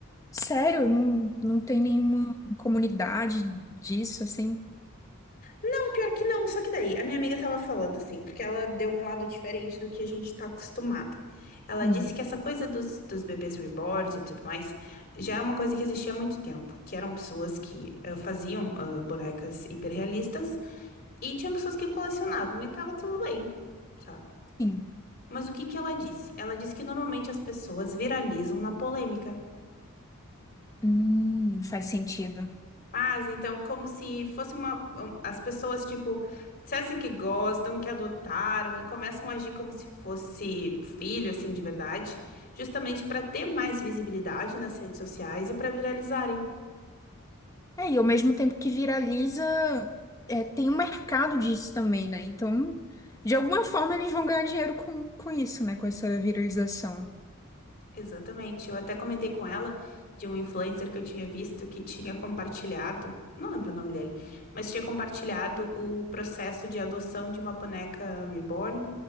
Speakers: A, on the left; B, on the left.
A: Sério, não, não tem nenhuma comunidade disso, assim?
B: Não, pior que não. Só que daí, a minha amiga tava falando assim, porque ela deu um lado diferente do que a gente tá acostumado. Ela
A: Hum,
B: disse que essa coisa dos, dos bebês reborns e tudo mais já é uma coisa que existia há muito tempo, que eram pessoas que eh, faziam ah, bonecas hiperrealistas e tinham pessoas que colecionavam e tava tudo bem, sabe?
A: sim.
B: Mas o que que ela disse? Ela disse que normalmente as pessoas viralizam na polêmica.
A: Hum, faz sentido.
B: Mas então, como se fosse uma. um, As pessoas, tipo, dissessem que gostam, que adotaram e começam a agir como se fosse filho, assim, de verdade, justamente para ter mais visibilidade nas redes sociais e para viralizarem.
A: É, e ao mesmo tempo que viraliza, é, tem um mercado disso também, né? Então, de alguma forma, eles vão ganhar dinheiro com, com isso, né? Com essa viralização.
B: Exatamente. Eu até comentei com ela de um influencer que eu tinha visto que tinha compartilhado, não lembro o nome dele, mas tinha compartilhado o processo de adoção de uma boneca reborn